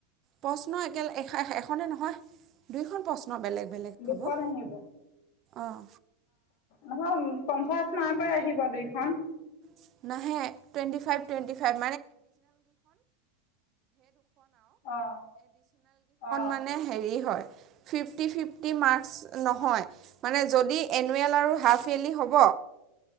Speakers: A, on the right; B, on the left.
A: প্ৰশ্ন একেল এ এ নে নহয় দুইখন প ন বেলেগ বেলেগ
B: দুখন
A: হ'ব
B: আহিব।
A: অঁ
B: অহ পঞ্চাশ মাহকৈ আহিব দুইখন
A: <unintelligible> খনও এডিচনেলকেইখন
B: অ', অ',
A: মানে হেৰি হয় ফিফটি ফিফটি ম্কছ নহয় মানে যদি এনুৱেল আৰু হাফলি হ'ব